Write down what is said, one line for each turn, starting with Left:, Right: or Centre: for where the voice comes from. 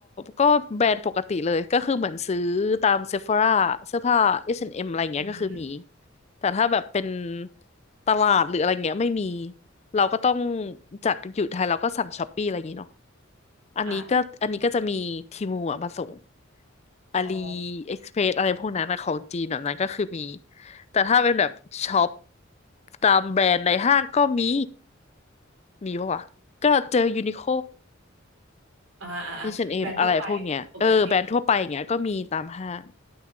Left: ก็แบรนด์ปกติเลยก็คือเหมือนซื้อตามเซฟ h o ร a เสื้อผ้า H&M อสแอนด์เอ็มอะไรเงี้ยก็คือมี
Right: อืม
Left: แต่ถ้าแบบเป็นตลาดหรืออะไรเงี้ยไม่มีเราก็ต้องจากอยู่ไทยเราก็สั่งช้อปปี้อะไรอย่างงี้เนาะอันนี้ก็อันนี้ก็จะมีทีมูอะมาส่ง
Right: อ่ะ
Left: อาลี
Right: อ๋อ
Left: เอ็กซ์เพรสอะไรพวกนั้นนะของจีนแบบนั้นก็คือมีแต่ถ้าเป็นแบบช็อปตามแบรนด์ในห้างก็มีมีปะวะก็เจอยูนิโค
Right: อ่าอ่าอ่าแบรนด์ทั่วไป
Left: H&M อชแอนด์เอ็มอะไรพวกเนี้ยเออแบรนด์ทั่วไปอย่างเงี้ยก็มีตามห้าง
Right: ปกติ